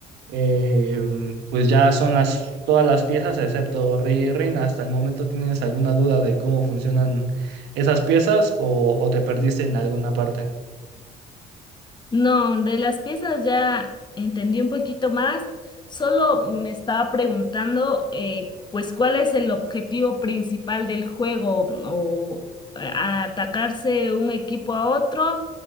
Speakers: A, on the right; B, on the left.
A: eh, pues ya son las todas las piezas excepto rey y reina. Hasta el momento tienes alguna duda de cómo funcionan esas piezas o o te perdiste en alguna parte.
B: No, de las piezas ya entendí un poquito más. Solo me estaba preguntando, eh, pues, ¿cuál es el objetivo principal del juego? ¿O eh, atacarse un equipo a otro?